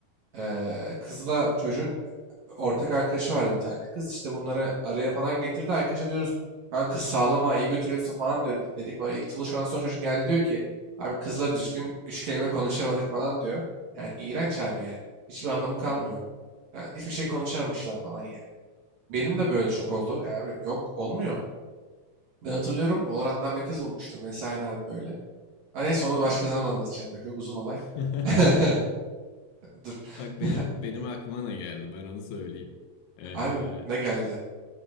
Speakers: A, on the right; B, on the left.
A: Ee, kızla çocuğun ortak arkadaşı vardı bir tane kız. İşte bunları araya falan getirdi. Arkadaşa diyoruz kan kız sağlama iyi götürüyorsun falan diyor. Dedik böyle ilk buluşmadan sonra çocuk geldi diyor ki abi kızla düzgün üç kelime konuşamadık falan diyor. Yani iğrenç abi yani. Hiçbir anlamı kalmıyor.
B: hı hı.
A: Yani hiçbir şey konuşamamışlar falan yani. Benim de
B: Yok
A: böyle
B: yok
A: çok
B: çok
A: oldu.
B: zor.
A: Ya abi yok olmuyor. Ben hatırlıyorum Valorant'tan bir kız bulmuştum vesaire abi böyle. Hani neyse onu
B: Hı hı.
A: başka zaman anlatacağım ya. Çok uzun olay.
B: <laughs>
A: <laughs> Dur.
B: Bak
A: <laughs>
B: benim benim aklıma ne geldi ben onu söyleyeyim. Ee,
A: Abi ne geldi?